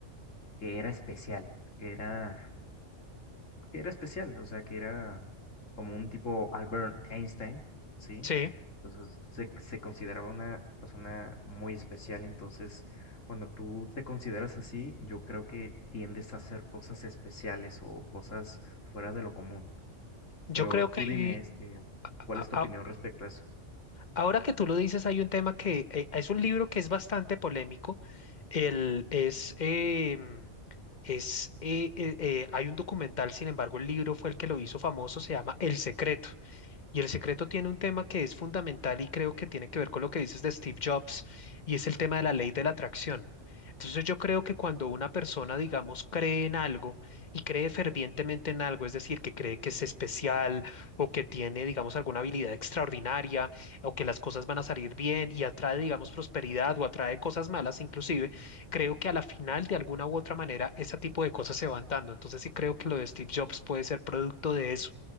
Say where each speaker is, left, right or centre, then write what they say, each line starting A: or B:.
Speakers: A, on the left; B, on the left.
A: que era especial, que era, que era especial, o sea, que era como un tipo Albert Einstein, ¿sí?
B: Sí,
A: Entonces, se, se consideraba una persona muy especial, entonces, cuando tú te consideras así, yo creo que tiendes a hacer cosas especiales o cosas fuera de lo común.
B: yo
A: Pero
B: creo
A: tú
B: que
A: dime,
B: ahí-
A: este, ¿cuál
B: a-
A: es tu opinión
B: a-
A: respecto a eso?
B: ahora que tú lo dices, hay un tema que eh, es un libro que es bastante polémico. El, es, em, es, eh, eh, eh, hay un documental, sin embargo, el libro fue el que lo hizo famoso, se llama El Secreto. Y el secreto tiene un tema que es fundamental y creo que tiene que ver con lo que dices de Steve Jobs y es el tema de la ley de la atracción. Entonces yo creo que cuando una persona, digamos, cree en algo y cree fervientemente en algo, es decir, que cree que es especial o que tiene, digamos, alguna habilidad extraordinaria o que las cosas van a salir bien y atrae, digamos, prosperidad o atrae cosas malas inclusive, creo que a la final, de alguna u otra manera, ese tipo de cosas se van dando. Entonces sí creo que lo de Steve Jobs puede ser producto de eso.